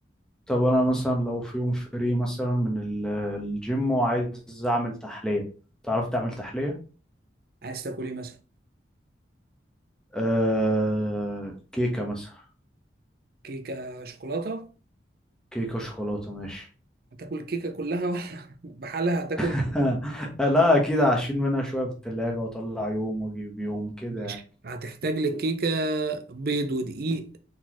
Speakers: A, in the centre; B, on the right.
A: طب انا مثلا لو في يوم فري مثلا من ال- الجيم وعايز اعمل تحلية تعرف تعمل تحلية
B: عايز تاكل ايه مثلا
A: آه... كيكة مثلا
B: كيكه شوكولاته
A: كيكة شوكولاتة ماشي
B: هتاكل الكيكه كلها ولا <laughs> بحالها هتاكل
A: <laughs> لا اكيد هشيل منها شوية في التلاجة واطلع يوم واجيب يوم كده
B: ماشي
A: يعني
B: هتحتاج للكيكه بيض ودقيق